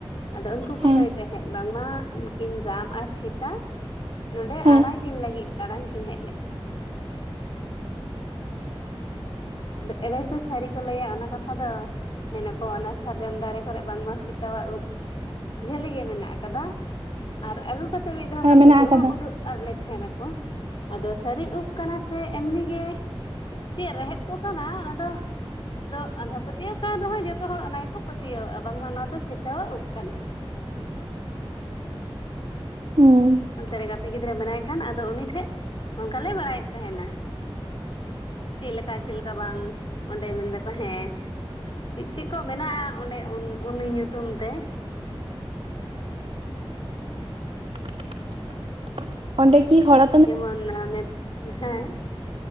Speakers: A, on the left; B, on the right.
A: ᱟᱫᱚ ᱩᱱᱠᱩ ᱠᱚ
B: ᱦᱮᱸ
A: ᱞᱟᱹᱭ ᱛᱟᱦᱮᱸᱫ ᱵᱟᱝᱢᱟ ᱩᱱᱠᱤᱱ ᱨᱟᱢ ᱟᱨ ᱥᱤᱛᱟ ᱱᱚᱸᱰᱮ
B: ᱦᱮᱸ
A: ᱟᱲᱟᱭ ᱫᱤᱱ ᱞᱟᱹᱜᱤᱫ ᱫᱟᱬᱟᱱ ᱠᱤᱱ ᱦᱮᱡ ᱞᱮᱱᱟ ᱾ ᱟᱫᱚ ᱮᱲᱮ ᱥᱮ ᱥᱟᱹᱨᱤ ᱠᱚ ᱞᱟᱹᱭᱟ ᱚᱱᱟ ᱠᱟᱛᱷᱟ ᱫᱚ᱾ ᱢᱮᱱᱟᱠᱚ ᱚᱱᱟ ᱥᱟᱨᱡᱚᱢ ᱫᱟᱨᱮ ᱠᱚᱨᱮ ᱵᱟᱝᱢᱟ ᱥᱮᱛᱟᱣᱟᱜ ᱩᱵ ᱼᱼ ᱡᱷᱟᱹᱞᱤ ᱜᱮ ᱢᱮᱱᱟᱜ ᱠᱟᱫᱟ ᱟᱨ ᱟᱹᱜᱩ ᱠᱟᱛᱮᱫ ᱢᱤᱫ ᱫᱷᱟᱣ
B: ᱦᱮᱸ
A: ᱵᱟᱝ
B: ᱢᱮᱱᱟᱜ
A: ᱩᱫᱩᱜ
B: ᱟᱠᱟᱫᱟ
A: ᱦᱚᱸ ᱩᱫᱩᱜ ᱼᱼ ᱟᱫ ᱞᱮ ᱛᱟᱦᱮᱱᱟᱠᱚ ᱟᱫᱚ ᱥᱟᱹᱨᱤ ᱩᱵ ᱠᱟᱱᱟ ᱥᱮ ᱮᱢᱱᱤ ᱜᱮ ᱪᱮᱫ ᱨᱮᱦᱮᱫ ᱼᱼ ᱠᱚ ᱠᱟᱱᱟ ᱚᱱᱟ ᱫᱚ ᱼᱼ ᱟᱫᱚ ᱟᱸᱫᱷᱟ ᱯᱟᱹᱛᱭᱟᱹᱣ ᱠᱟᱱ ᱨᱮᱦᱚᱸ ᱡᱚᱛᱚ ᱦᱚᱲ ᱚᱱᱟ ᱜᱮᱠᱚ ᱯᱟᱹᱛᱭᱟᱹᱣᱟᱜᱼᱟ ᱵᱟᱝᱢᱟ ᱱᱚᱣᱟ ᱫᱚ ᱥᱮᱛᱟᱣᱟᱜ ᱩᱵ ᱠᱟᱱᱟ।
B: ᱦᱩ <inaudible> ᱦᱩᱸ
A: ᱚᱱᱛᱮ ᱨᱮ ᱜᱟᱛᱮ ᱜᱤᱫᱽᱨᱟᱹ ᱢᱮᱱᱟᱭ ᱠᱷᱟᱱ ᱟᱫᱚ ᱩᱱᱤ ᱴᱷᱮᱡ ᱚᱱᱠᱟ ᱞᱮ ᱵᱟᱲᱟᱭᱮᱫ ᱛᱟᱦᱮᱱᱟ। ᱪᱮᱫ ᱞᱮᱠᱟ ᱪᱮᱫ ᱞᱮᱠᱟ ᱵᱟᱝ ᱚᱸᱰᱮ ᱢᱮᱱ ᱫᱟᱠᱚ ᱦᱮᱸ ᱪᱮᱫ ᱪᱮᱫ ᱠᱚ ᱢᱮᱱᱟᱜᱼᱟ ᱚᱸᱰᱮ ᱩᱱ ᱩᱱᱤ ᱧᱩᱛᱩᱢ ᱛᱮ?
B: <inaudible> ᱚᱸᱰᱮ ᱠᱤ ᱦᱚᱲ ᱟᱛᱩ
A: ᱡᱮᱢᱚᱱ <inaudible> ᱦᱮᱸ